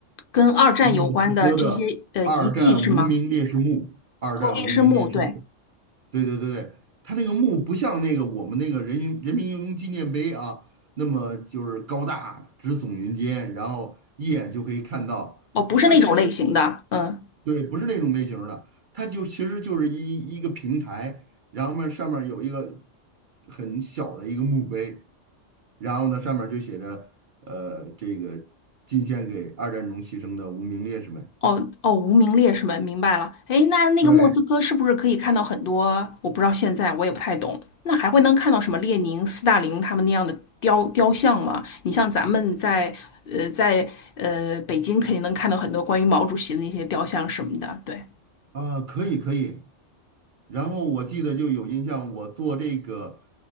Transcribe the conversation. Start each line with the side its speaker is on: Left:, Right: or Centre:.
Left: 跟二战有关的这些呃遗迹是吗？
Right: 莫斯科的二战无名烈士墓，二战无名烈士墓。
Left: 哦，烈士墓，对，
Right: 对对对对，它那个墓不像那个我们那个人民人民英雄纪念碑啊，那么就是高大直耸云间，然后一眼就可以看到。
Left: 哦，不是那种类型的，
Right: 它其实
Left: 嗯。
Right: 对，不是那种类型儿的，它就其实就是一一个平台，然后面上面有一个很小的一个墓碑，然后呢上面就写着呃这个进献给二战中牺牲的无名烈士们。
Left: 哦哦，无名烈士们，明白了。哎，那那个莫斯科是不是可以看到很多？
Right: 对
Left: 我不知道现在我也不太懂。那还会能看到什么列宁、斯大林他们那样的雕雕像吗？你像咱们在呃在呃北京肯定能看到很多关于毛主席的那些雕像什么的。对，
Right: 啊，可以可以，然后我记得就有印象，我坐这个